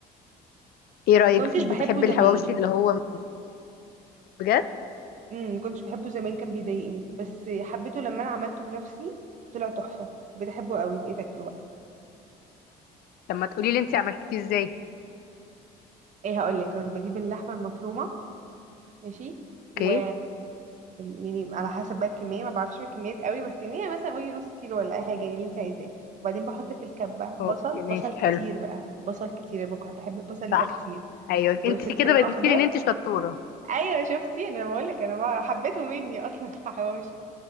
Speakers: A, on the left; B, on the right.
A: ايه رأيك
B: كنتش
A: فيه
B: بحبه
A: بتحبي
B: زمان
A: الحواوشي اللي هو بجد
B: امم ما كنتش بحبه زمان كان بيضايقني بس حبيته لما انا عملته بنفسي طلع تحفه بحبه قوي بقيت اكله بقى
A: لما تقولي لي انت عملتيه ازاي
B: ايه هقول لك كنت بجيب اللحمه المفرومه ماشي
A: اوكي
B: و يعني على حسب بقى الكميه ما بعرفش الكميات قوي بس يعني هي مثلا قولي نص كيلو ولا اي حاجه يعني اللي انت عايزاه وبعدين بحط في الكبه بصل
A: اوكي ماشي
B: بصل كتير
A: حلو
B: بقى بصل كتير بقى بحب البصل يبقى
A: صح
B: كتير
A: ايوه
B: وفلفل
A: انت كده
B: اخضر
A: بتقولي ان انت شطورة
B: ايوه شفتي انا بقول لك انا بقى- حبيته مني اصلا <laughs> الحواوشي